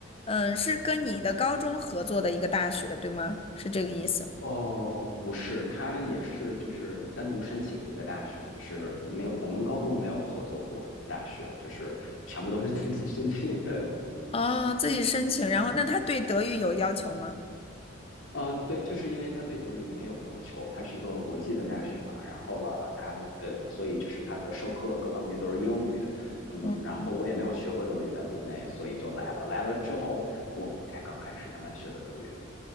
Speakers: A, on the left (about 30°); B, on the left (about 85°).
A: 嗯、是跟你的高中合作的一个大学，对吗？是这个意思。
B: 哦，不是，他也是就是单独申请的一个大学，就是没有我们高中没有合作过大学，就是全部都是自己申请。<laughs>
A: 哦，自己申请，然后那他对德语有要求吗？
B: 呃，对，就是因为他对德语没有要求，它是一个国际的大学嘛，然后了，他呃，所以就是他的授课各方面都是英语，嗯，
A: 嗯，
B: 然后我也没有学过德语，在国内，所以就来了，来了之后我才刚开始慢慢学的德语。